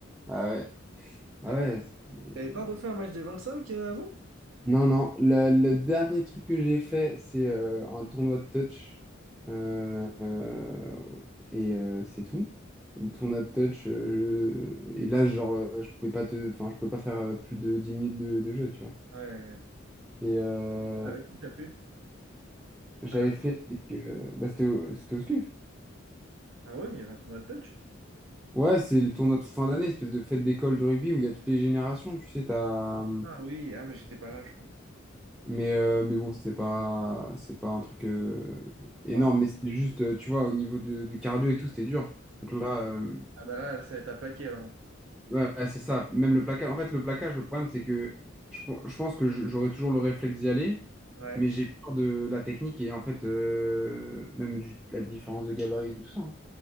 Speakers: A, in the centre; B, on the right.
A: Ah ouais. Ah
B: Ah,
A: ouais. c'est-
B: T'avais pas refait un match des 25 euh, avant?
A: Non, non, le, le dernier truc que j'ai fait, c'est euh, un tournoi de touch. Euh, euh, et euh, c'est tout. Le tournoi de touch. euh, je- Et là, genre, euh, je pouvais pas te... enfin, je pouvais pas faire euh, plus de 10 minutes de, de jeu, tu vois.
B: Ouais.
A: Et euh,
B: Avec qui t'as fait?
A: j'avais
B: À la-
A: fait avec. euh, bah, c'était au, c'était au SCUF.
B: Ah ouais, il y avait un tournoi de touch?
A: Ouais, c'est les tournois de fin d'année, espèce de fête d'école du rugby où il y a toutes les générations. Tu sais, t'as. hum,
B: Ah oui, ah mais j'étais pas là, je crois.
A: Mais, euh, mais bon, c'est pas, c'est pas un truc euh, énorme,
B: Oh.
A: mais c'était juste, euh, tu vois, au niveau de- du cardio et tout, c'était dur. Donc là, euh,
B: Ah bah là, ça va être à plaquer alors.
A: ouais, ouais, c'est ça. Même le plaquage. En fait, le plaquage, le problème, c'est que je, pe- je pense que je- j'aurais toujours le réflexe d'y aller,
B: Ouais.
A: mais j'ai peur de la technique et en fait, euh, même du- la différence de gabarit et tout ça. hein.